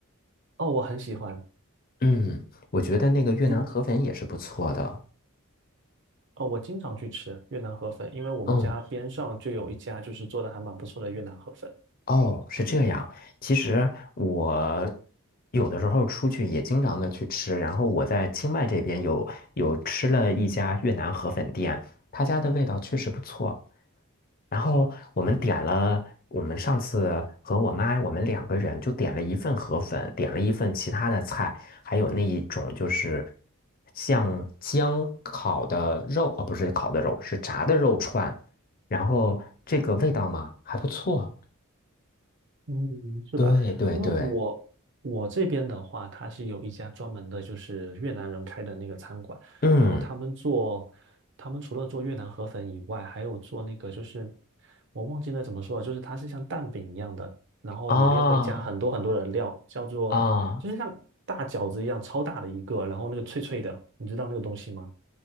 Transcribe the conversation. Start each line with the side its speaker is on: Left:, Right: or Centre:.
Right: 哦，我很喜欢
Left: 嗯，我觉得那个越南河粉也是不错的。
Right: 你哦，我经常去吃越南河粉，因为我们家边上就有一家就是做的还蛮不错的越南河粉。
Left: 嗯。哦，是这样。其实我有的时候出去也经常的去吃，然后我在清迈这边有有吃了一家越南河粉店，他家的味道确实不错。然后我们点了，
Right: 嗯。
Left: 我们上次和我妈我们两个人就点了一份河粉，点了一份其他的菜，还有那一种就是像姜烤的肉，哦，不是烤的肉，是炸的肉串，然后这个味道嘛还不错。
Right: 嗯，是吧？
Left: 对对对，
Right: 因为我我这边的话，它是有一家专门的，就是越南人开的那个餐馆，
Left: 嗯
Right: 然后他们做，他们除了做越南河粉以外，还有做那个就是我忘记了怎么说了，就是它是像蛋饼一样的，然后里面会加很多很多的料，
Left: 啊
Right: 叫做就是像大饺子一样超大的一个，
Left: 啊
Right: 然后那个脆脆的，你知道那个东西吗？